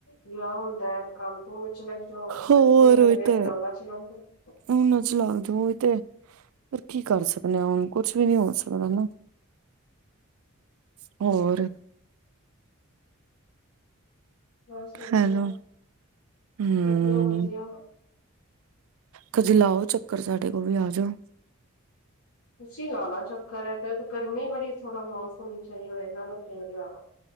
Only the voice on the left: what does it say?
ਵਿਆਹ ਹੁੰਦਾ ਐ ਕੰਮ ਕੁੰਮ 'ਚ ਲੱਗ ਜਾਓ,
ਬੱਚੇ ਹੋ ਜਾਂਦੇ
ਫਿਰ ਉਹਨਾਂ 'ਚ ਲੱਗ ਜਾਓ।
ਬਸ ਵਧੀਆ
ਵਧੀਆ ਵਧੀਆ
ਤੁਸੀਂ ਲਾਣਾ ਚੱਕਰ, ਐ ਤੇ ਗਰਮੀ ਬੜੀ, ਥੋੜਾ ਮੌਸਮ ਸਹੀ ਹੋਏਗਾ ਨਾ ਫੇਰ ਆਵਾ